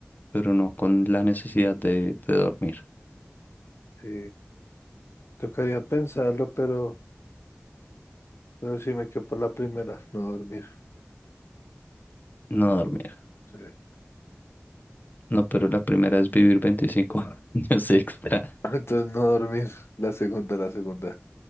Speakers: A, on the left (about 45°); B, on the left (about 75°).
A: pero no con la necesidad de, de dormir.
B: sí. Tocaría pensarlo, pero... Pero sí me quedo por la primera, no dormir.
A: No dormir.
B: Sí. <laughs>
A: No, pero la primera es vivir 25 <laughs> años extra.
B: Entonces no dormir, la segunda, la segunda.